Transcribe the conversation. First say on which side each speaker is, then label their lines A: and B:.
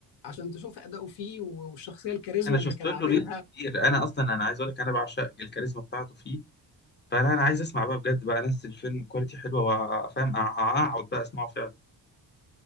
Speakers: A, on the left; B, on the left.
A: عشان تشوف اداؤه فيه والشخصيه الكاريزما
B: انا شفت
A: اللي كان
B: له
A: عاملها
B: ريلز كتير انا اصلا انا عايز اقول لك انا بعشق الكاريزما بتاعته فيه فانا انا عايز اسمع بقى بجد بقى ناس الفيلم كواليتي حلوه وافهم اقعد بقى اسمعه فعلا